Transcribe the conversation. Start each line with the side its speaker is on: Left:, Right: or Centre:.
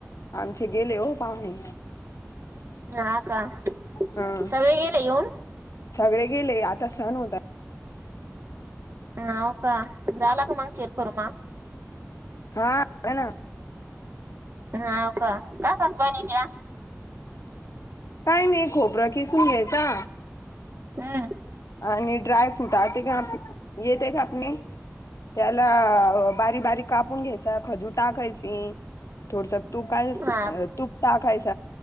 Left: आमचे गेले ओ पाहुणे
Right: हा का
Left: हा
Right: सगळे गेले येऊन
Left: सगळे गेले आता सण होता
Right: हाव का झाला का मग शेव कुरमा
Left: हा झाला ना
Right: हाव का कसाच बनित्या
Left: काय नाही खोबरा कीसून घ्यायचा
Right: हा
Left: आणि ड्राय फ्रूट आ ते का येते कापने त्याला बारीक कापून घ्यायचा खजूर टाकायची थोडस तूप काय
Right: हा
Left: तूप ताकायच